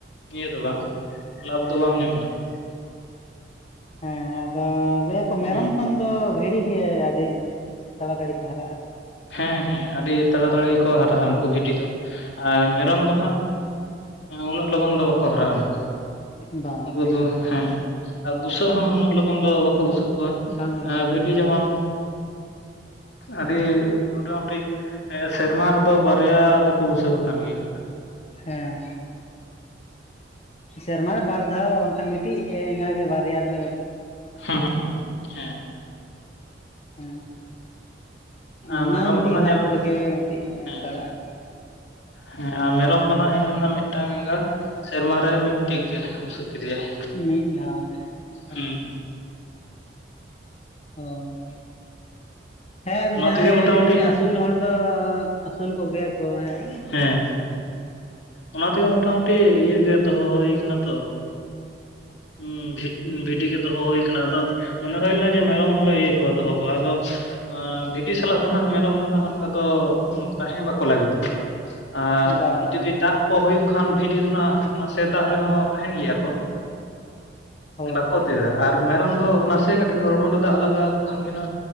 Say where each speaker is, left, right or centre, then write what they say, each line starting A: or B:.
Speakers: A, on the left; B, on the left.
A: ᱤᱭᱟᱹ ᱫᱚ ᱵᱟᱝ ᱞᱟᱵᱷ ᱫᱚ ᱵᱟᱢ ᱧᱟᱢ ᱱᱟᱦᱟᱜ
B: ᱦᱮᱸ ᱟᱫᱚ ᱞᱟᱹᱭᱟᱠᱚ ᱢᱮᱨᱚᱢ
A: ᱦᱩᱸ
B: ᱠᱷᱚᱱ ᱫᱚ ᱵᱷᱤᱲᱤ ᱜᱮ ᱟᱹᱰᱤ ᱛᱟᱲᱟᱛᱟᱲᱤ ᱠᱚ ᱦᱟᱨᱟᱜᱼᱟ
A: ᱦᱮᱸ ᱦᱮᱸ ᱟᱹᱰᱤ ᱛᱟᱲᱟᱛᱟᱲᱤ ᱜᱮᱠᱚ ᱦᱟᱨᱟᱜᱼᱟ ᱩᱱᱠᱩ ᱵᱷᱤᱰᱤ ᱫᱚ ᱟᱨ ᱢᱮᱨᱚᱢ ᱟᱫᱚ ᱱᱟᱜ ᱩᱱᱟᱹᱜ ᱞᱚᱜᱚᱱ ᱫᱚ ᱵᱟᱠᱚ ᱦᱟᱨᱟᱜᱼᱟ ᱱᱟᱜ
B: ᱦᱮᱸ ᱵᱟᱝ
A: ᱩᱱᱠᱩ ᱫᱚ ᱦᱮᱸ ᱟᱨ ᱵᱩᱥᱟᱹᱜ ᱦᱚᱸ ᱩᱱᱟᱹᱜ ᱞᱚᱜᱚᱱ ᱫᱚ ᱵᱟᱠᱚ ᱵᱩᱥᱟᱹᱜ ᱠᱚᱣᱟ
B: ᱵᱟᱝ ᱠᱚ ᱵᱩᱥᱟᱹᱜ
A: ᱵᱷᱤᱰᱤ
B: ᱠᱚᱣᱟ ᱦᱮᱸ
A: ᱡᱮᱢᱚᱱ ᱟᱹᱰᱤ ᱢᱚᱴᱟᱢᱩᱴᱤ ᱥᱮᱨᱢᱟ ᱨᱮᱫᱚ ᱵᱟᱨᱭᱟ ᱫᱚᱠᱚ ᱵᱩᱥᱟᱹᱜ ᱠᱟᱱ ᱜᱮᱭᱟ ᱱᱟᱜ
B: ᱦᱮᱸ ᱥᱮᱨᱢᱟ ᱵᱟᱨ ᱫᱷᱟᱣ ᱵᱟᱝᱠᱷᱟᱱ ᱢᱤᱫᱴᱤᱡ ᱮᱸᱜᱟ ᱜᱮ ᱵᱟᱨᱭᱟ ᱫᱚ
A: ᱦᱩᱸ ᱦᱩᱸ ᱦᱩᱸ ᱦᱮᱸ
B: ᱦᱩᱸ
A: ᱟᱨ
B: ᱚᱱᱟ
A: ᱢᱮᱨᱚᱢ
B: ᱦᱚᱸ ᱢᱤᱫᱴᱤᱡ
A: ᱫᱚ ᱱᱟᱜ
B: ᱞᱟᱵᱷ
A: ᱧᱮᱞ
B: ᱨᱮᱜᱮ ᱢᱤᱫᱴᱤᱡ
A: ᱦᱮᱸ
B: ᱯᱟᱲᱟᱜᱼᱟ
A: ᱦᱮᱸ ᱟᱨ ᱢᱮᱨᱚᱢ ᱫᱚᱦᱟᱜ ᱧᱮᱞᱮᱢᱮ ᱢᱤᱫᱴᱟᱝ ᱮᱸᱜᱟ ᱥᱮᱨᱢᱟ ᱨᱮ ᱢᱤᱫᱴᱤᱡ ᱜᱮ ᱵᱩᱥᱟᱹᱜ ᱠᱮᱫᱮᱭᱟᱭ᱾
B: ᱢᱤᱫ ᱫᱷᱟᱣ ᱦᱮᱸ ᱢᱤᱫ ᱫᱷᱟᱣ
A: ᱦᱩᱸ
B: ᱦᱳᱭ ᱦᱮᱸ ᱟᱫᱚ
A: ᱚᱱᱟ
B: ᱡᱟᱦᱟᱸᱭ
A: ᱛᱮᱜᱮ ᱢᱚᱴᱟᱢᱩᱴᱤ
B: ᱟᱹᱥᱩᱞ ᱦᱚᱲ ᱫᱚ ᱟᱹᱥᱩᱞ ᱠᱚᱜᱮᱭᱟ ᱠᱚ ᱦᱮᱸ
A: ᱦᱮᱸ ᱚᱱᱟ ᱛᱮᱜᱮ ᱢᱚᱴ ᱢᱩᱴᱤ ᱤᱭᱟᱹ ᱜᱮ ᱫᱚᱦᱚ ᱦᱩᱭ ᱟᱠᱟᱱᱟᱛᱚ ᱦᱩᱸ ᱵᱷᱤᱰᱤ ᱜᱮ ᱫᱚᱦᱚ ᱦᱩᱭ ᱟᱠᱟᱱᱟ
B: ᱦᱳᱭ
A: ᱟᱫᱚ ᱢᱚᱱᱮ ᱦᱩᱭ ᱞᱮᱱᱟ ᱡᱮ ᱢᱮᱨᱚᱢ ᱦᱚᱞᱮ ᱤᱭᱟᱹ ᱠᱚᱣᱟ ᱫᱚᱦᱚ ᱠᱚᱣᱟ ᱟᱫᱚ ᱵᱷᱤᱰᱤ ᱥᱟᱞᱟᱜ ᱫᱚ ᱦᱟᱸᱜ ᱢᱮᱨᱚᱢ ᱫᱚ ᱦᱟᱸᱜ ᱚᱱᱠᱟ ᱫᱚ ᱛᱟᱦᱮᱸ ᱵᱟᱠᱚ ᱞᱟᱹᱜᱤᱫᱚᱜᱼᱟ᱾ ᱟᱨ
B: ᱵᱟ ᱵᱟ
A: ᱡᱩᱫᱤ
B: ᱵᱟ
A: ᱫᱟᱜ ᱠᱚ ᱦᱩᱭᱩᱜ ᱠᱷᱟᱱ ᱵᱷᱤᱰᱤ ᱫᱚ ᱱᱟᱜ ᱱᱟᱥᱮ ᱫᱟᱜ ᱨᱮᱦᱚᱸ ᱛᱟᱦᱮᱱ ᱜᱮᱭᱟ ᱠᱚ
B: ᱦᱳᱭ
A: ᱵᱟᱠᱚ ᱫᱟᱹᱲᱟ ᱟᱨ ᱢᱮᱨᱚᱢ ᱫᱚ ᱱᱟᱥᱮ ᱠᱟᱹᱴᱤᱡ ᱦᱚᱲᱢᱚ ᱨᱮ ᱫᱟᱜ ᱞᱟᱜᱟᱣ ᱟᱠᱚ ᱠᱷᱟᱱ ᱜᱮᱱᱟᱜ